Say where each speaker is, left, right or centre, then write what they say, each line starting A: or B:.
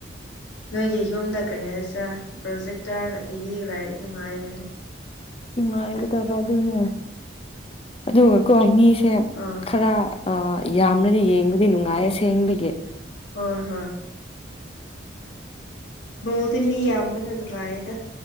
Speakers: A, on the left (about 70°); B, on the left (about 30°).
A: ꯅꯣꯏꯒꯤ ꯌꯨꯝꯗ ꯀꯔꯤ ꯍꯥꯏꯁꯤꯔꯥ ꯄ꯭ꯔꯣꯖꯦꯛꯇꯔꯒ ꯇꯤꯚꯤꯒ ꯂꯥꯏꯔꯤꯛ ꯅꯨꯡꯉꯥꯏꯔꯅꯤ
B: ꯅꯨꯡꯉꯥꯏꯒꯗꯕ ꯑꯗꯨꯅꯦ ꯑꯗꯨꯒꯀꯣ ꯃꯤꯁꯦ
A: ꯑꯥ
B: ꯈꯔ ꯑ ꯌꯥꯝꯅꯗꯤ ꯌꯦꯡꯕꯗꯤ ꯅꯨꯡꯉꯥꯏꯌꯦ ꯁꯦꯡꯕꯒꯤ
A: ꯍꯣꯏ ꯍꯣꯏ ꯃꯣꯗꯤꯅꯤ ꯑꯃꯅꯅꯅꯨꯡꯉꯌꯦꯗ